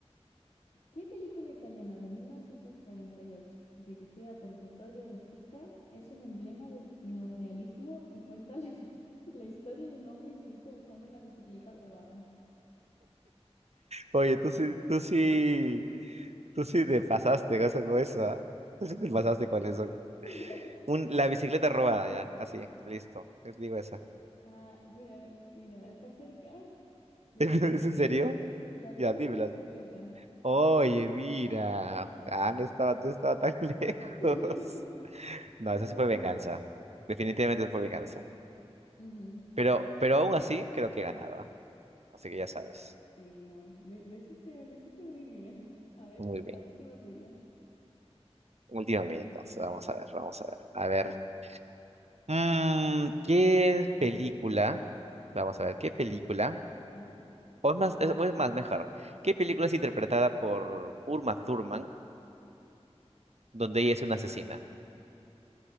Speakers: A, on the left; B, on the right.
A: ¿qué película italiana de 1948 dirigida por Vittorio De Sica, es un emblema del neorealismo y cuenta la <laughs> la historia de un hombre y su hijo buscando una bicicleta robada?
B: Oye, tú sí, tú sí, tú sí te pasaste cosa con eso, ah. Tú sí te pasaste con eso.
A: <laughs>
B: Un, la bicicleta robada, ya, así, listo. Les digo esa.
A: Ah, mira, mira, está cerca.
B: <laughs>
A: Le-
B: ¿Es en serio?
A: <laughs> Ladrón
B: Ya, dímela.
A: de bicicletas.
B: Oye, mira. Ah, no estaba, no estaba tan <laughs> lejos.
A: <laughs>
B: No,
A: No,
B: eso
A: no
B: sí fue
A: está.
B: venganza. Definitivamente eso fue venganza.
A: Ujú,
B: Pero, pero aún así creo que ganaba. Así que ya
A: Sí,
B: sabes.
A: sí, no. le- Lo, hiciste, lo hiciste muy bien. A ver,
B: Muy bien.
A: la última tuya.
B: Última mía entonces. Vamos a ver, vamos a ver. A ver. Mm, ¿qué película? Vamos a ver, ¿qué película?
A: ¿Ya?
B: O es más, es, o es más, mejor. ¿Qué película es interpretada por Uma Thurman, donde ella es una asesina?